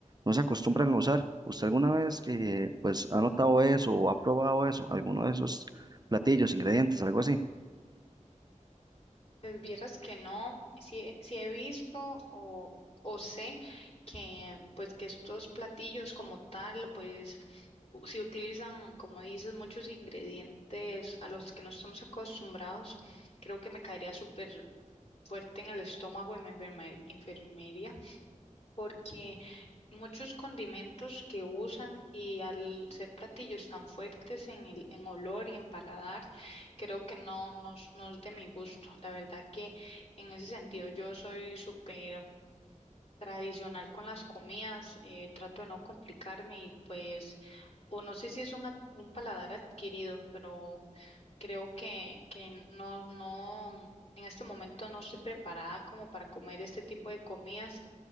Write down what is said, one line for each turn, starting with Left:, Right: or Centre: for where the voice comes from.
Right: no se acostumbran a usar. ¿Usted alguna vez eh, pues ha notado eso o ha probado eso, alguno de esos? platillos, ingredientes, algo así.
Left: Pues vieras que no, sí, sí he visto o, o sé que pues que estos platillos como tal, pues u- si utilizan, como dices, muchos ingredientes a los que no estamos acostumbrados, creo que me caería súper fuerte en el estómago y me enferma- enfermaría porque muchos condimentos que usan y al ser platillos tan fuertes en el, en olor y en paladar, creo que no, no es no es de mi gusto. La verdad que en ese sentido yo soy súper tradicional con las comidas, eh, trato de no complicarme y pues, o no sé si es un, ad- un paladar adquirido, pero creo que, que no, no, en este momento no estoy preparada como para comer este tipo de comidas,